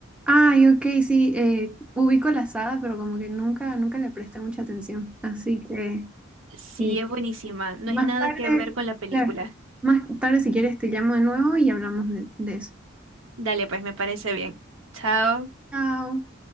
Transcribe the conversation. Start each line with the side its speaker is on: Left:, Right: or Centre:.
Centre: Ay, ok, sí, eh, ubico la saga, pero como que nunca, nunca le presté mucha atención. Así que
Right: Sí,
Centre: eh,
Right: es buenísima, no
Centre: más
Right: es nada
Centre: tarde,
Right: que ver con la película.
Centre: claro, más tarde si quieres te llamo de nuevo y hablamos de de eso.
Right: Dale, pues me parece bien. Chao.
Centre: Chao.